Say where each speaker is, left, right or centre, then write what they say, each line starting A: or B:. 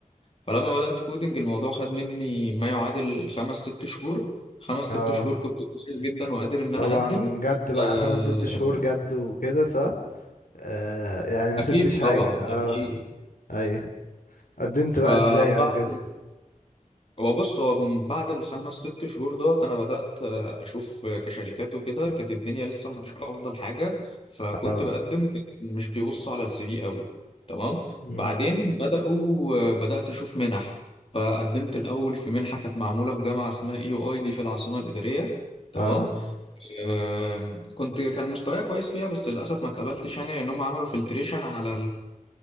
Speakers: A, on the left (about 45°); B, on the left (about 80°).
A: فلما بدات كودنج الموضوع خد مني ما يعادل خمس ست شهور خمس ست
B: اه
A: شهور كنت كويس جدا وقادر ان انا
B: طبعا
A: اقدم
B: جد بقى
A: آه،
B: خمس ست شهور جد وكده صح آه يعني ما
A: اكيد
B: سبتش حاجة
A: طبعا
B: اه
A: اكيد
B: ايوه قدمت بقى
A: فبعد
B: ازاي او كده
A: هو بص هو من بعد الخمس ست شهور دوت انا بدات آه، اشوف آه، كشركات وكده كانت الدنيا لسه مش افضل حاجه فكنت
B: اه
A: بقدم مش بيبصوا على السي في قوي تمام
B: مم.
A: بعدين بداوا آه، بدات اشوف منح فقدمت الاول في منحه كانت معموله في جامعه اسمها اي يو اي دي في العاصمه الاداريه تمام
B: اه
A: آه، كنت كان مستواي كويس فيها بس للاسف ما اتقبلتش يعني لان هم عملوا فلتريشن على